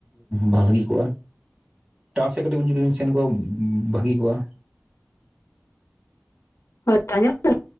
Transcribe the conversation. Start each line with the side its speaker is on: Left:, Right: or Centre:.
Right: ᱵᱷᱟᱹᱜᱤ ᱠᱚᱜ-ᱟ ᱴᱟᱣᱟᱨ ᱥᱮᱫ ᱠᱟᱹᱴᱤᱡ ᱵᱤᱱ ᱡᱚᱫᱤ ᱵᱤᱱ ᱥᱮᱱ ᱠᱚᱜ-ᱟ ᱵᱷᱟᱹᱜᱤ ᱠᱚᱜ-ᱟ᱾
Left: ᱦᱳᱭ ᱛᱚ ᱟᱸᱡᱚᱢᱚᱜ ᱠᱟᱱᱟ